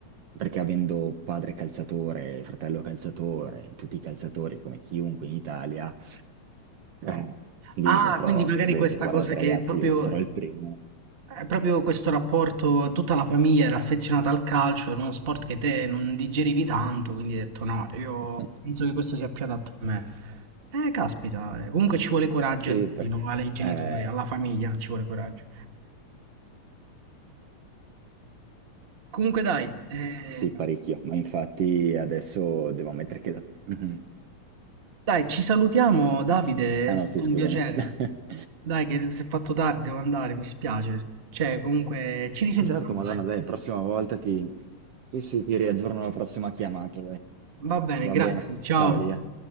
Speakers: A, on the right; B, on the right.
A: perché avendo padre calciatore, fratello calciatore, tutti i calciatori come chiunque in Italia, eh, lì
B: Ah,
A: proprio
B: quindi
A: ho
B: magari
A: detto,
B: questa
A: guardate
B: cosa che
A: ragazzi,
B: proprio,
A: io sarò il primo.
B: è proprio questo rapporto, tutta la famiglia era affezionata al calcio, era uno sport che te non digerivi tanto, quindi hai detto no, io
A: <laughs>
B: penso che questo sia più adatto a me. Eh, caspita, eh, comunque ci vuole coraggio
A: Sì,
B: a
A: perché...
B: dirlo, no, ai genitori,
A: Eh,
B: alla famiglia ci vuole coraggio. Comunque dai, eh,
A: sì, parecchio, ma infatti adesso devo ammettere che... da- Mhm. <laughs>
B: Dai, ci salutiamo, Davide,
A: Ah
B: è
A: no,
B: stato
A: sì, scusami.
B: un piacere.
A: <laughs>
B: Dai, che si è fatto tardi, devo andare, mi spiace. Cioè, comunque, ci risentiamo,
A: Certo, Madonna,
B: dai.
A: dai, prossima volta ti... Sì, sì, ti riaggiorno la prossima chiamata, dai.
B: Va bene,
A: Va
B: grazie,
A: bene,
B: ciao.
A: ciao Elia.